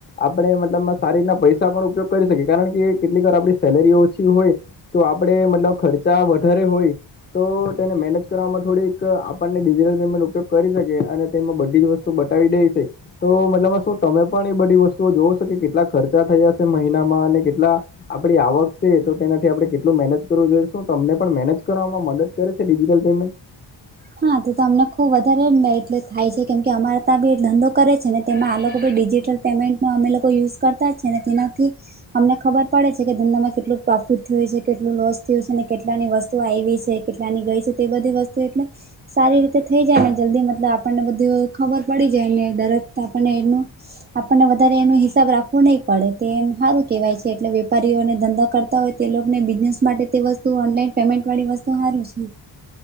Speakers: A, on the left; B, on the right.
A: આપણે મતલબમાં સારી રીતના પૈસા પણ ઉપયોગ કરી શકીએ. કારણ કે કેટલીકવાર આપડી સેલરી ઓછી હોય, તો આપડે મતલબ ખર્ચા વધારે હોય. તો તેને મેનેજ કરવામાં થોડીક આપણને ડિજિટલ પેમેન્ટ ઉપયોગ કરી શકીએ. અને તેમાં બધી જ વસ્તુ તો બતાાવી દે છે તો મતલબ શું તમે પણ એ બધી વસ્તુઓ જોવ છો કે કેટલા ખર્ચા થયા હશે મહિનામાં અને કેટલા આપડી આવક છે તો તેનાથી આપડણે કેટલું મેનેજ કરવું જોઈએ શું તમને પણ મેનેજ કરવામાં મદદ કરે છે ડિજિટલ પેમેન્ટ.
B: હા તો તો તમને ખુબ વધારે મે એટલે થાય છે કેમ કે અમા ત્યાં બ એ ધંધો કરે છે ને તેમાં આ લોકો ભી ડિજિટલ પેમેન્ટનો અમે લોકો યુઝ કરતા તા છે ને તેનાથી અમને ખબર પડે છે કે ધંધામાં કેટલું પ્રોફિટ થયું છે કેટલું લોસ થયુ છે ને કેટલાની વસ્તુ તુ આવી છે કેટલાની ગઈ છે તે બધી વસ્તુ એટલે સારી રીતે થઈ જાય ને જલ્દી મતલબ આપણને બધું ખબર પડી જાય ને દરદ આપણને એનું આપણને વધારે એનો હિસાબ રાખવો નહી પડે તે એમ સારું કેહેવાય છે એટલે વેપારીઓને ધંધા કરતા હોય તેને બિઝનેસ માટે વસ્તુ ઓનલાઈન પેમેન્ટ વાળી વસ્તુ સારૂ છે એમ.